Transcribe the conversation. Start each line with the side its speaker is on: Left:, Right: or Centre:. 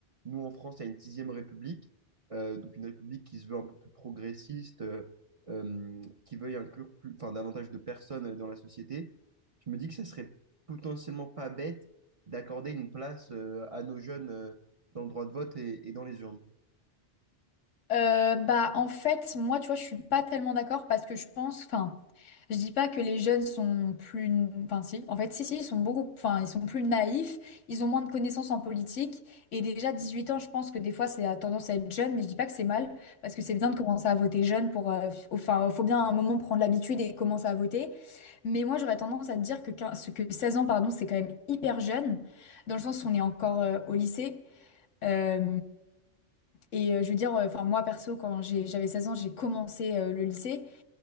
Right: Nous, en France, il y a une sixième république, euh, donc une république qui se veut un peu plus progressiste, euh, euh, qui veuille inclure plus, enfin, davantage de personnes dans la société. Je me dis que ça serait potentiellement pas bête d'accorder une place euh, à nos jeunes euh, dans le droit de vote et, et dans les urnes.
Left: Euh, bah en fait, moi, tu vois, je suis pas tellement d'accord parce que je pense, enfin. Je dis pas que les jeunes sont plus, enfin si, en fait si si, ils sont beaucoup, enfin ils sont plus naïfs, ils ont moins de connaissances en politique et déjà 18 ans, je pense que des fois c'est a tendance à être jeune, mais je dis pas que c'est mal parce que c'est bien de commencer à voter jeune pour, euh, f- enfin faut bien à un moment prendre l'habitude et commencer à voter, mais moi j'aurais tendance à te dire que 15 que 16 ans pardon c'est quand même hyper jeune dans le sens où on est encore euh, au lycée. Euh, Et euh, je veux dire, euh, enfin moi perso, quand j'ai- j'avais 16 ans, j'ai commencé euh, le lycée.